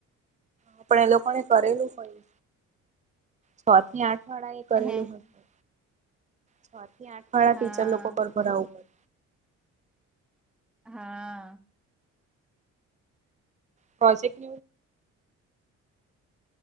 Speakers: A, on the right; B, in the centre.
A: આપડે લોકોને કરેલું હોય, છ થી આઠ વાડાએ કરેલું
B: હે
A: હોય, છ થી આઠ
B: હા
A: વાળા
B: હા
A: ટીચર લોકો પર ભરાવું પડે.
B: હા.
A: પ્રોજેકટ.